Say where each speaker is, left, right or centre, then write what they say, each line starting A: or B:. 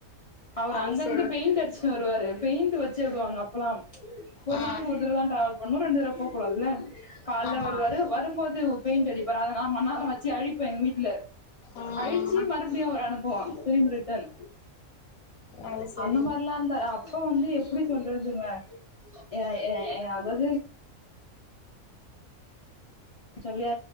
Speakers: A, on the left (about 65°); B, on the left (about 85°).
A: அவரு
B: அது
A: அங்கேருந்து
B: சரி
A: பெயிண்ட் அடிச்சுட்டு வருவாரு பெயிண்ட் வச்சு விடுவாங்க அப்பல்லாம் ஒரு
B: ஆ
A: நாளைக்கு ஒரு தடவ தான் ட்ரவல் பண்ணணும் ரெண்டு தடவை போக கூடாதுல்ல காலைல
B: ஆமா
A: வருவாரு வரும்போது பெயிண்ட் அடிப்பாரு அத நா மண்ணால வச்சு அழிப்பேன் எங்க வீட்டு இல்ல
B: ம்
A: அழிஞ்சு மறுபடியும் ஒரு அனுப்புவோம் திரும்பி ரிட்டன்
B: அது சரி
A: அந்த மாதிரிலாம் இருந்தாரு அப்ப வந்து எப்படி சொல்ல துங்க ஏ ஏ ஏ அதாவது சொல்லியா